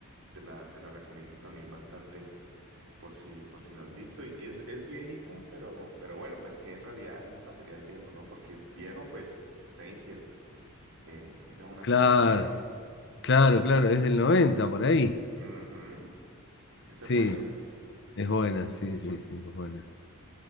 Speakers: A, on the right; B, on the left.
A: Te la, te la recomiendo también bastante por si, por si no has visto. Y es, es viejita, pero, pero bueno, pues que en realidad es el material viejo, ¿no? Porque es viejo, pues Seinfeld. eh, esa es una
B: Claro,
A: comedia vieja.
B: claro, claro, es del 90 por ahí.
A: Ujú, Esa
B: Sí,
A: es buena.
B: es buena, sí, sí, sí, es buena.